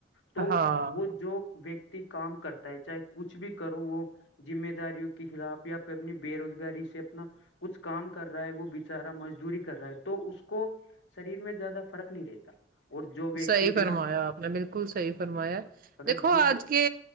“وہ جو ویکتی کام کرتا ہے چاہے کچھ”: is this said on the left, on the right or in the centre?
Left